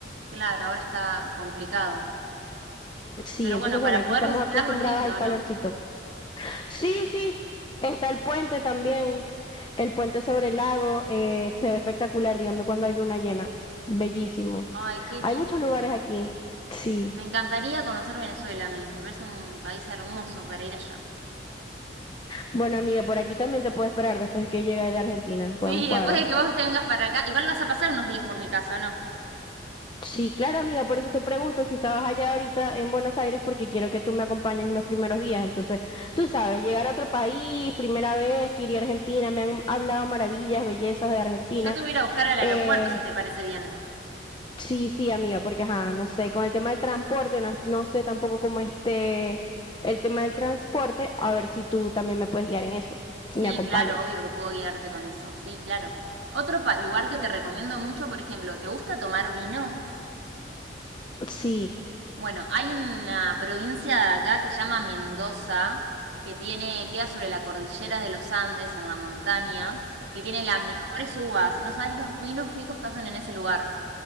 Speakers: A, on the right (about 75°); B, on the left (about 25°).
A: Claro, ahora está complicado.
B: Sí,
A: Pero
B: entonces
A: bueno,
B: bueno,
A: para
B: aquí
A: poder
B: estamos
A: visitarlo
B: acostumbrados
A: es lindo,
B: al calorcito.
A: ¿no?
B: Sí, sí, está el puente también, el puente sobre el lago, eh, se ve espectacular, dígame cuando hay luna llena, bellísimo.
A: Ay, qué lindo.
B: Hay muchos lugares aquí. Sí.
A: Me encantaría conocer Venezuela a mí. Me parece un país hermoso para ir allá.
B: Bueno, amiga, por aquí también te puedo esperar después que llegue de Argentina. Podemos
A: Sí,
B: cuadrar.
A: después de que vos te vengas para acá, igual vas a pasar unos días por mi casa, ¿o no?
B: Sí, claro, amiga, por eso te pregunto si estabas allá ahorita en Buenos Aires, porque quiero que tú me acompañes en los primeros días. Entonces, tú sabes, llegar a otro país, primera vez que iría a Argentina, me han hablado maravillas, bellezas de Argentina.
A: Yo te voy a ir a buscar al aeropuerto,
B: Eh,
A: si te parece bien.
B: sí, sí, amiga, porque, ajá, no sé, con el tema del transporte, no, no sé tampoco cómo esté el tema del transporte, a ver si tú también me puedes guiar en eso,
A: Sí,
B: me acompañas.
A: claro, obvio que puedo guiarte con eso. Sí, claro. Otro pa- lugar que te recomiendo mucho, por ejemplo, ¿te gusta tomar vino?
B: Sí.
A: Bueno, hay una provincia de acá que se llama Mendoza, que tiene, queda sobre la cordillera de los Andes, en la montaña, que tiene las mejores uvas. No sabes los vinos ricos que hacen en ese lugar.